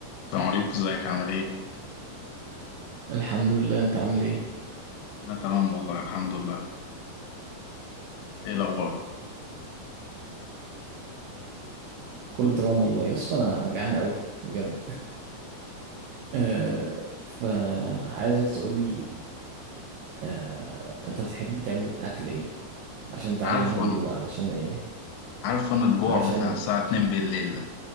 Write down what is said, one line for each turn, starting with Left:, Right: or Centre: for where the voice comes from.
Left: السلام عليكم ازيك عامل ايه؟
Right: الحمد لله انت عامل ايه
Left: انا تمام والله الحمد لله ايه الاخبار؟
Right: كله تمام والله يا اسطى انا انا جعان قوي بجد آه فعايزك تقول لي آه انت بتحب تعمل اكل ايه عشان تعلمه
Left: عارفه انا
Right: لي بقى علشان ايه
Left: عارفه انا الجوع
Right: علشان
Left: بتاع الساعة 2 بالليل ده